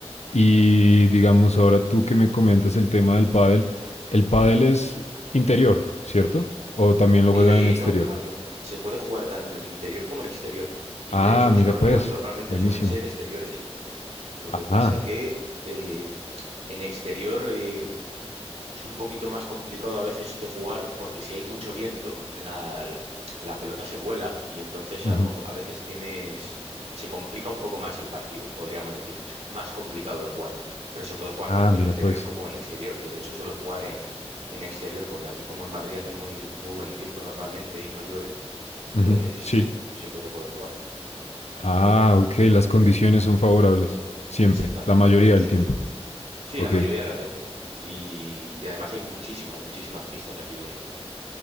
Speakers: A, on the left; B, on the right.
A: Y
B: y-
A: digamos, ahora tú que me comentas el tema del pádel, el pádel
B: mm.
A: es interior, ¿cierto? O también lo
B: Eh,
A: juegan en exterior.
B: no, al contra- se puede jugar tanto en interior como en exterior. Y
A: Ah,
B: de hecho los
A: mira
B: torneos
A: pues,
B: normalmente
A: buenísimo.
B: suelen ser exteriores. Lo
A: Ajá.
B: que pasa que eh, en exterior, eh, es un poquito más complicado a veces de jugar porque si hay mucho viento, la, la pelota se vuela y entonces
A: ujú.
B: a lo mejor a veces tienes, se complica un poco más el partido, podríamos decir. Es más complicado de jugar, pero se puede jugar
A: Ah,
B: tanto
A: mira
B: en interior
A: pues.
B: como en exterior. Yo de hecho suelo jugar en, en exterior porque aquí como en Madrid hace muy, muy buen tiempo normalmente y no llueve,
A: Ujú,
B: pues
A: Sí.
B: siempre se puede jugar
A: Ah, ok.
B: en
A: Las
B: exterior.
A: condiciones son favorables. Siempre.
B: Exactamente,
A: La mayoría
B: sí,
A: del tiempo.
B: sí, sí. Sí,
A: Ok.
B: la mayoría de las veces. Y, y además hay muchísimas, muchísimas pistas aquí en,